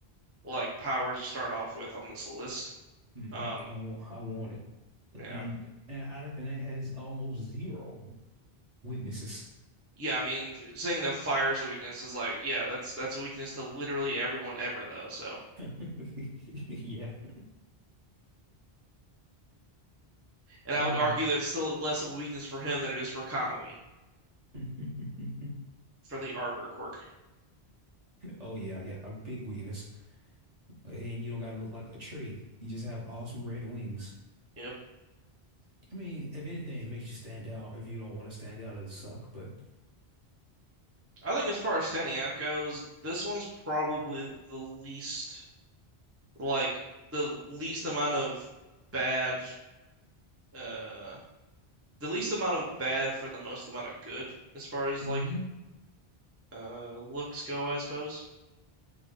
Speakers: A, on the right (about 20°); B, on the right (about 40°).
A: like powers to start off with on this list.
B: Mhm.
A: Um,
B: I want I want it.
A: yeah,
B: And and I, and it has almost zero weaknesses.
A: yeah. I mean, saying that fire's a weakness is like, yeah, that's that's a weakness to literally everyone ever though. So,
B: <laughs> Yeah.
A: and
B: Uh
A: I would argue that's still less of a weakness for him than it is for Kamui
B: <laughs>
A: for the Arbor quirk.
B: oh yeah, yeah. A big weakness. and you don't gotta look like a tree. You just have awesome red wings.
A: Yep.
B: I mean, if anything, it makes you stand out. If you don't want to stand out, it suck. But
A: I think as far as standing out goes, this one's probably the least like the least amount of bad uh the least amount of bad for the most amount of good as far as
B: mm-hmm.
A: like uh looks go, I suppose.